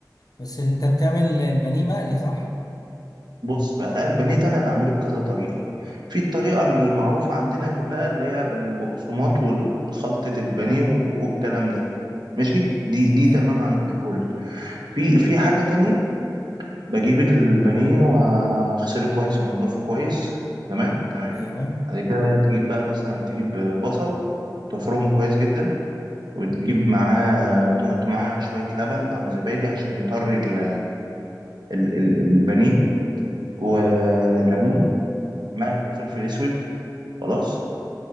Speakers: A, on the left; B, on the right.
A: بس اللي انت بتعمل البانيه مقلي صح
B: بص بقى لا البانيه ده انا بعمله بكذا طريقه في الطريقه
A: اه
B: المعروفه عندنا كلها اللي هي بالبقسماط والخلطه البانيه و- والكلام ده ماشي دي
A: تمام
B: دي تمام عند الكل في في حاجه تانية بجيب البانيه واغسله كويس وانضفه كويس تمام تمام
A: ايوه
B: بعد كده تجيب بقى مثلا تجيب بصل تفرمه كويس جدا وتجيب معاه تحط معاه شوية لبن أو زبادي عشان يطري ال- ال- ال- البانيه وليمون ملح وفلفل أسود خلاص